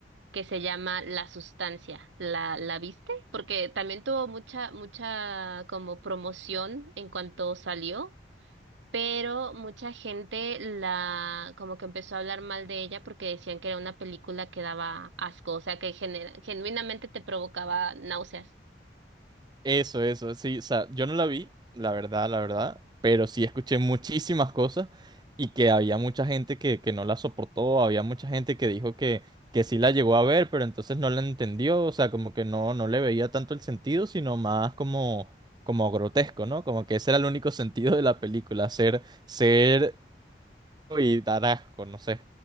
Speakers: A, on the right (about 90°); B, on the right (about 25°).
A: que se llama La Sustancia. ¿La, la viste? Porque también tuvo mucha, mucha como promoción en cuanto salió, pero mucha gente la como que empezó a hablar mal de ella porque decían que era una película que daba asco, o sea que genera- genuinamente te provocaba náuseas.
B: Eso, eso, sí, o sea, yo no la vi, la verdad, la verdad, pero sí escuché muchísimas cosas y que había mucha gente que, que no la soportó, había mucha gente que dijo que, que sí la llegó a ver, pero entonces no la entendió, o sea, como que no, no le veía tanto el sentido, sino más como, como grotesco, ¿no? Como que ese era el único sentido de la película, ser, ser y dar asco, no sé.